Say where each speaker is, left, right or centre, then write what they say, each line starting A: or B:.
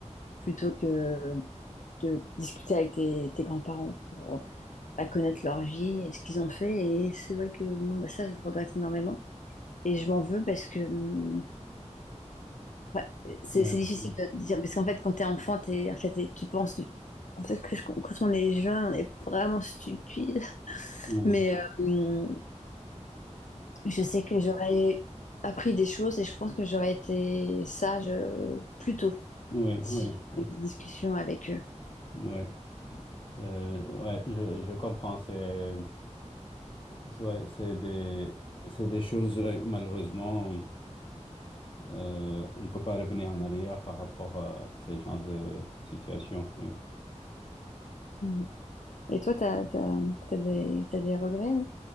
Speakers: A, on the left; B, on the left.
A: plutôt que de discuter avec tes, tes grands-parents pour bah, connaître leur vie et ce qu'ils ont fait. Et c'est vrai que bon, bah, ça, je regrette énormément. Et je m'en veux parce que hum, Bah, c'est
B: ouais,
A: c'est difficile
B: ouais,
A: de dire, parce qu'en fait, quand t'es enfant, t'es, en fait, t'es- tu penses, en fait, que je- quand on est jeune, on est vraiment stupide. <laughs>
B: ouais,
A: Mais euh, je sais que j'aurais appris des choses et je pense que j'aurais été sage euh, plus tôt
B: ouais,
A: si
B: ouais,
A: j'avais
B: ouais,
A: eu des discussions avec eux.
B: ouais. Euh, ouais, je, je comprends, c'est, c'est, ouais, c'est des, c'est des choses, ouais, malheureusement, Euh, on ne peut pas revenir en arrière par rapport à ces genres de situations. oui.
A: Mhm. Et toi, t'as, t'as, t'as des, t'as des regrets? ou